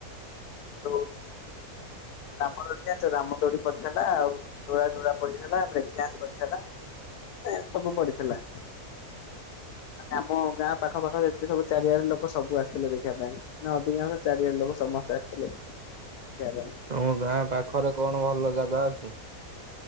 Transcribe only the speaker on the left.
<unintelligible> ରାମଦୋଳି ଜାଣିଚ ରାମଦୋଳି ପଡିଥିଲା। ଆଉ ଟୋରା ଟୋରା ପଡ଼ିଥିଲା, ବ୍ରେକ ଡାନ୍ସ ପଡିଥିଲା। ଏ ସବୁ ପଡିଥିଲା। ମାନେ ଆମ ଗାଁ ପାଖ ପାଖ ଯେତେ ସବୁ ଚାରିଆଡ ଲୋକ ସବୁ ଆସିଥିଲେ ଦେଖିବା ପାଇଁ। ମାନେ ଅଧିକାଂଶ ଚାରି ଆଡ ଲୋକ ସମସ୍ତେ ଆସିଥିଲେ ଦେଖିବା ପାଇଁ।